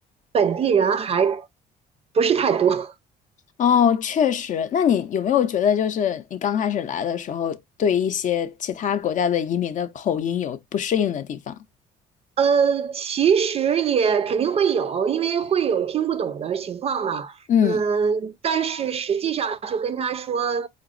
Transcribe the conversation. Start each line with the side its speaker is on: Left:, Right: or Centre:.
Right: 本地人还不是太多，
Left: 哦，确实。那你有没有觉得，就是你刚开始来的时候，对一些其他国家的移民的口音有不适应的地方？
Right: 呃，其实也肯定会有，因为会有听不懂的情况嘛。
Left: 嗯。
Right: 嗯，但是实际上就跟他说，呃，